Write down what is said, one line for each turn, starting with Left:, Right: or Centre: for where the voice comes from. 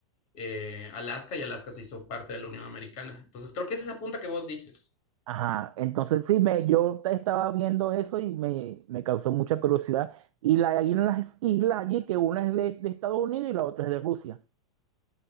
Left: eh, Alaska y Alaska se hizo parte de la Unión Americana. Entonces creo que es esa punta que vos dices.
Right: Ajá. Entonces sí, me, yo te- estaba viendo eso y me, me causó mucha curiosidad. Y la, hay unas islas allí que una es de, de Estados Unidos y la otra es de Rusia.